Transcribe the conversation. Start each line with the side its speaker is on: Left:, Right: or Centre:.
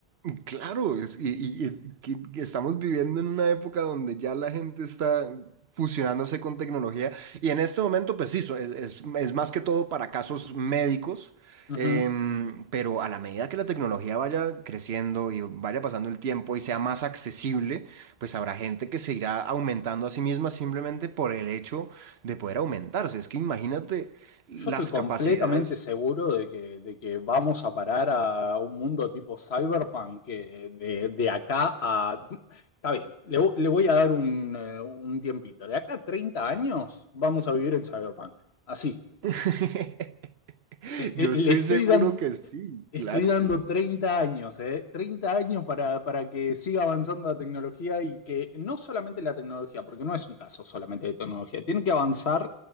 Right: Claro, es- y, y- y que- que estamos viviendo en una época donde ya la gente está fusionándose con tecnología y en este momento, pues sí, so- es, es- es más que todo para casos médicos,
Left: <laughs>
Right: em, pero a la medida que la tecnología vaya creciendo y vaya pasando el tiempo y sea más accesible, pues habrá gente que se irá aumentando a sí misma simplemente por el hecho de poder aumentarse. Es que imagínate las
Left: Yo estoy completamente
Right: capacidades.
Left: seguro de que, de que vamos a parar a un mundo tipo cyberpunk que de, de acá a... Está bien, le, vo- le voy a dar un, eh, un tiempito. De acá a 30 años vamos a vivir en cyberpunk. Así.
Right: <laughs>
Left: Te-
Right: Yo
Left: eh,
Right: estoy
Left: le estoy
Right: seguro
Left: dan-
Right: que sí,
Left: Estoy
Right: claro
Left: dando
Right: que sí.
Left: 30 años, ¿eh? 30 años para, para que siga avanzando la tecnología y que no solamente la tecnología, porque no es un caso solamente de tecnología, tiene que avanzar